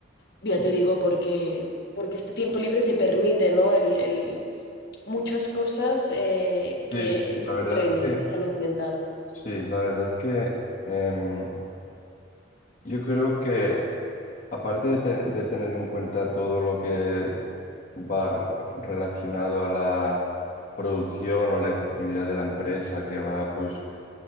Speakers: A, on the left; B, on the left.
A: Ya te digo, porque, porque este tiempo libre te permite, ¿no? El, el- muchas cosas eh,
B: sí,
A: que
B: sí, la verdad
A: nutren esta
B: que,
A: salud mental.
B: sí, la verdad que em, yo creo que aparte de, te- de tener en cuenta todo lo que va r- relacionado a la producción o la efectividad de la empresa, que va pues